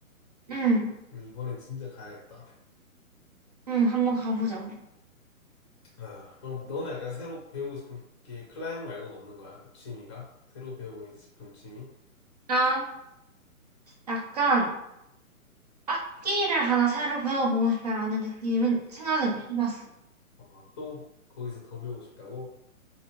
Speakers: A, on the right; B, on the left.
A: 응,
B: 음, 이번엔 진짜 가야겠다.
A: 응, 한번 가보자, 우리.
B: 아, 그럼 너는 약간 새로 배우고 싶은 게 클라이밍 말고는 없는 거야? 그 취미가? 새로 배우고 싶은 취미?
A: 나, 약간, 악기를 하나 새로 배워보고 싶다라는 느낌은 생각은 해봤어.
B: 어, 또 거기서 더 배우고 싶다고?